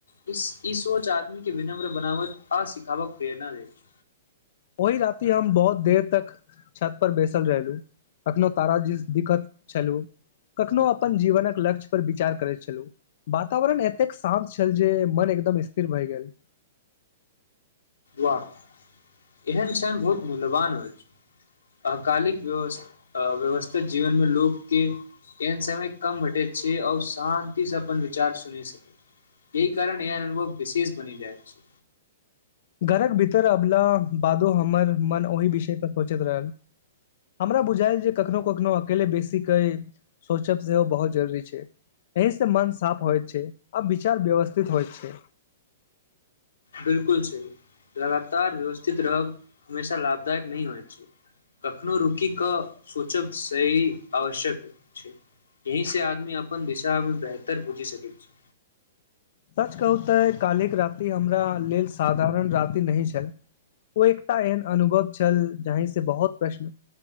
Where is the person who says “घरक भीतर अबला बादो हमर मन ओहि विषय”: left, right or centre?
Left